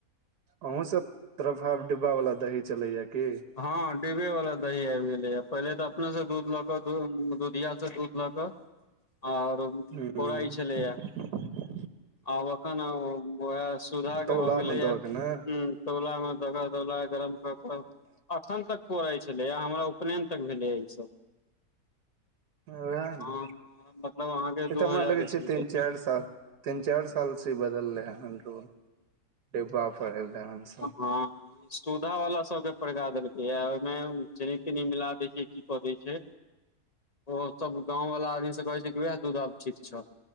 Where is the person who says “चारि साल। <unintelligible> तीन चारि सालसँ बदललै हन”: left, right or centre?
Right